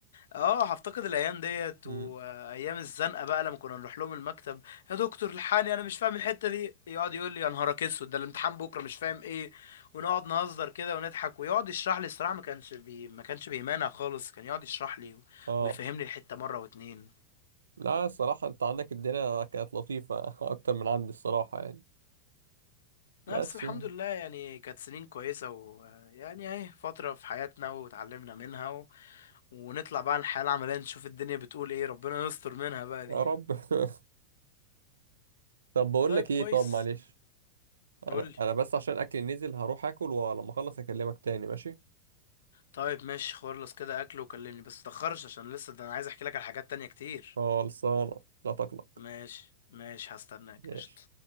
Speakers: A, on the left; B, on the right.
A: اه هفتقد الايام ديت
B: امم
A: وايام الزنقه بقى لما كنا نروح لهم المكتب يا دكتور الحقني انا مش فاهم الحته دي يقعد يقول لي يا نهارك اسود ده الامتحان بكره مش فاهم ايه ونقعد نهزر كده ونضحك ويقعد يشرح لي الصراحه ما كانش بي... ما كانش بيمانع خالص كان يقعد يشرح لي
B: اه
A: ويفهمني الحته مره واتنين
B: لا الصراحة انت عندك الدنيا كانت لطيفة <laughs> اكتر من عندي الصراحة يعني بس
A: لا بس الحمد
B: يا
A: لله يعني كانت سنين كويسة ويعني اهي فترة في حياتنا وتعلمنا منها و... ونطلع بقى الحياة العملية نشوف الدنيا بتقول ايه ربنا يستر منها بقى دي
B: رب <laughs> طب بقول
A: طيب
B: لك
A: كويس
B: ايه طب معلش
A: قولي
B: انا انا بس عشان اكل نزل هروح اكل ولما اخلص اكلمك تاني ماشي
A: طيب ماشي خلص كده اكل وكلمني بس متأخرش عشان لسه ده انا عايز احكي لك على حاجات تانية كتير
B: خلصانة لا تقلق
A: ماشي ماشي هستناك
B: ماشي
A: قشطة